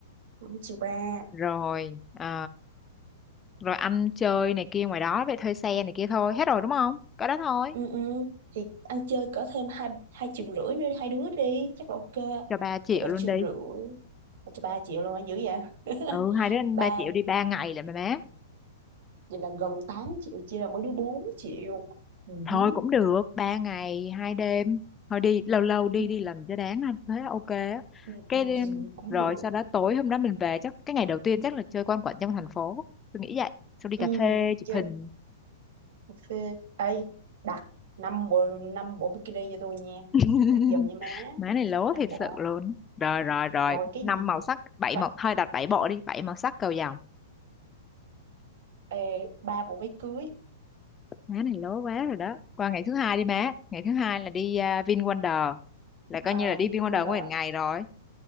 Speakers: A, on the right; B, on the left.
A: năm triệu ba
B: rồi ờ, rồi ăn chơi này kia ngoài đó vậy thuê xe này kia thôi hết rồi đúng không có đó thôi
A: ừ ừ thì ăn chơi có thêm hai hai triệu rưỡi nữa đi, hai đứa đi chắc là ok
B: cho ba triệu
A: là ba
B: luôn
A: triệu
B: đi
A: rưỡi cho ba triệu luôn á dữ vậy <laughs>
B: ừ hai đứa ăn
A: ba
B: ba triệu đi ba ngày là mà má
A: vậy là gần tám triệu chia là mỗi đứa bốn triệu ừ,
B: Thôi
A: ừ,
B: cũng được, ba ngày, hai đêm. Thôi đi, lâu lâu đi,
A: ừ,
B: đi làm cho đáng anh. Thế ok á.
A: ừ,
B: Cái
A: ừ,
B: đêm,
A: ừ, cũng
B: rồi
A: được
B: sau đó tối hôm đó mình về chắc, cái ngày đầu tiên chắc là chơi quanh quẩn trong thành phố. Tôi nghĩ vậy. Xong đi
A: ừ,
B: cà phê, chụp
A: chơi
B: hình.
A: cà phê ê đặt năm bộ năm bộ bikini cho tôi nha
B: <laughs>
A: đặt giùm nha má
B: Má này lố
A: năm
B: thiệt
A: bộ
B: sự luôn. Rồi, rồi, rồi.
A: rồi cái
B: Năm
A: gì
B: màu sắc, bảy
A: vậy
B: màu, thôi đặt bảy bộ đi, bảy màu sắc cầu vồng.
A: ê, ba bộ váy cưới
B: Má này lố quá rồi đó. Qua ngày thứ hai đi má. Ngày thứ hai là đi uh, VinWonder. Là coi
A: à,
B: như là đi
A: đi
B: VinWonder
A: Vinwonder
B: nguyên ngày rồi.